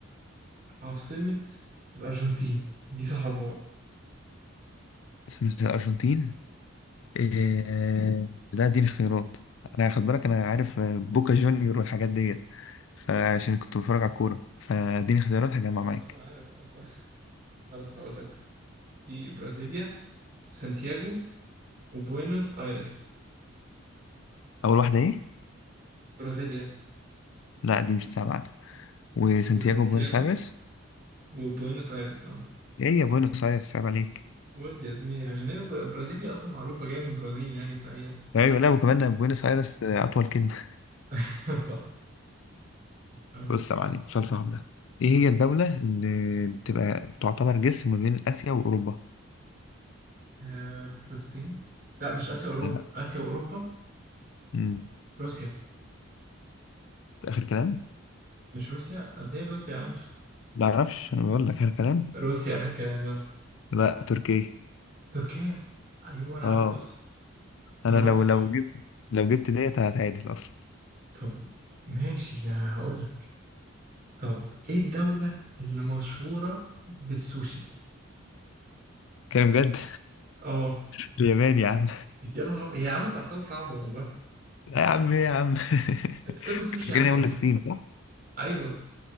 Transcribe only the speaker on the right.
عاصمه الارجنتين دي صعبه بقى
ممكن شو-
انا عارف اه صح خلاص هقول لك في برازيليا وسانتياغو وبوينوس ايرس
برازيليا
وسانتياغو
وبوينوس ايرس اه
ودي يا زميلي عشان هي ب- برازيليا اصلا معروفه جايه من البرازيل يعني فهي
<laughs> صح آه.
آه، فلسطين لا مش اسيا اوروبا
اسيا واوروبا
روسيا
مش روسيا قبل روسيا يا عم
روسيا آخر كلام يلا
تركيا أيوه أنا
قربت أخسر
أنا بخسر
طب ماشي يعني هقول لك طب إيه الدولة اللي مشهورة بالسوشي؟
أه
يا نهار أبيض هي عامل محسبة صعبة والله
أنت بتاكل سوشي
يا عم
ولا؟
إيه؟
أيوه